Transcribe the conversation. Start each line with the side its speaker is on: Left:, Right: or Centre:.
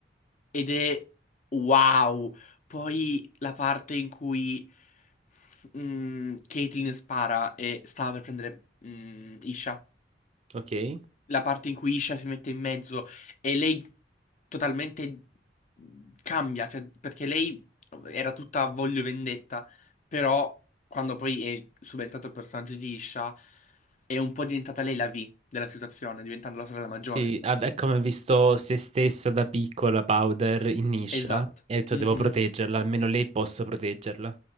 Left: Ed è wow. Poi la parte in cui mm, Caitlyn spara e stava per prendere mm, Isha.
Right: Ok.
Left: la parte in cui Isha si mette in mezzo e lei totalmente mhmm, cambia, cioè, perché lei era tutta a voglio vendetta, però quando poi è subentrato il personaggio di Isha è un po' diventata lei la V della situazione, diventando la sorella maggiore.
Right: Sì, ah, è come ho visto se stessa da piccola Powder in Nisha
Left: Esatto.
Right: e ho detto
Left: Mhm.
Right: devo proteggerla, almeno lei posso proteggerla,